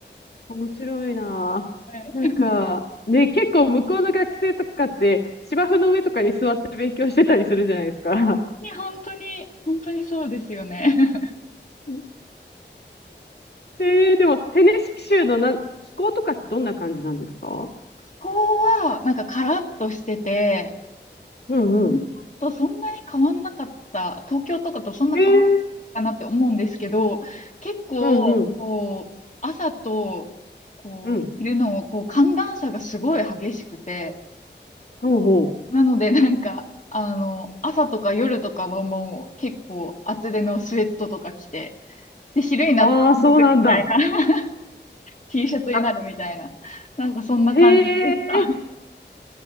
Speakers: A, on the left; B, on the left.
A: 面白いな
B: はい
A: なんか、ね、結構向こうの学生とかって、芝生の上とかに座って勉強してたりするじゃないですか。
B: に本当に、本当にそうですよね。<laughs>
A: <laughs> えーでも、テネシキ州のな気候とかってどんな感じなんですか
B: 気候は、なんかカラッとしてて、
A: うんうん。
B: 日本とそんなに変わんなかった、東京とかとそんな変わんなかったなって思うんですけど、
A: へえ
B: 結構、
A: うんうん。
B: こう、朝と、こう、
A: うん。
B: 昼の、こう、寒暖差がすごい激しくて、
A: ほうほう。
B: なので、なんか、あの、朝とか夜とかはもう結構厚手のスウェットとか着て、で、昼になったら脱ぐみたい
A: ああ、そうなんだ。
B: な、<laughs> T シャツになるみたいな、
A: あ
B: なんかそんな感じでした。
A: へえ、